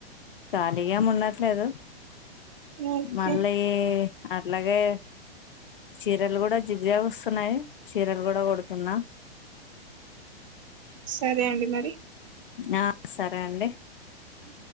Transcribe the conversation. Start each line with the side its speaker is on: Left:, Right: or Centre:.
Left: ఖాళీగేమ్ ఉండట్లేదు
Right: ఓకే
Left: మళ్ళీ అట్లాగే చీరలు కూడా జిగ్జాగ్ వస్తున్నయి చీరలు కూడా కుడుతున్నా
Right: సరే అండి మరి
Left: ఆ సరే అండి
Right: అ